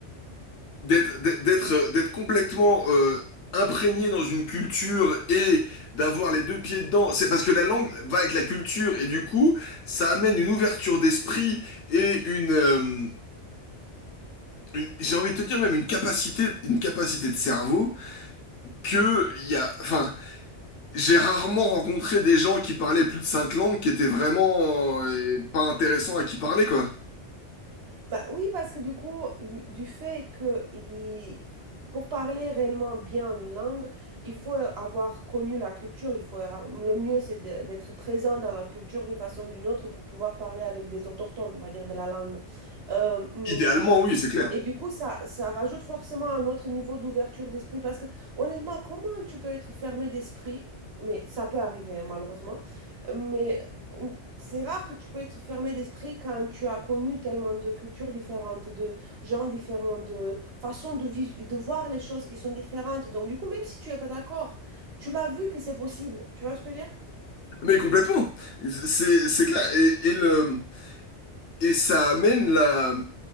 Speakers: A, on the left; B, on the right.
A: d'être d'être d'être euh, d'être complètement euh, imprégné dans une culture et d'avoir les deux pieds dedans. C'est parce que la langue va avec la culture et du coup, ça amène une ouverture d'esprit et une... euh, une- J'ai envie de te dire même une capacité, une capacité de cerveau que il y a, enfin, J'ai rarement rencontré des gens qui parlaient plus de cinq langues qui étaient vraiment euh, pas intéressants à qui parler, quoi.
B: Bah oui, parce que du coup, du fait que il- pour parler réellement bien une langue, il faut avoir connu la culture. Il faut, le mieux, c'est de- d'être présent dans la culture d'une façon ou d'une autre pour pouvoir parler avec des autochtones, on va dire, de la langue. Euh, mais
A: Idéalement, oui, c'est clair.
B: et du coup, ça, ça rajoute forcément un autre niveau d'ouverture d'esprit parce que honnêtement, comment tu peux être fermé d'esprit? Mais ça peut arriver, hein, malheureusement. Mais euh, c'est rare que tu peux être fermé d'esprit quand tu as connu tellement de cultures différentes, de gens différents, de façons de, vis- de voir les choses qui sont différentes. Donc, du coup, même si tu n'es pas d'accord, tu l'as vu que c'est possible. Tu vois ce que je veux dire?
A: Mais complètement. C'est, c'est clair. Et, et le, et ça amène la,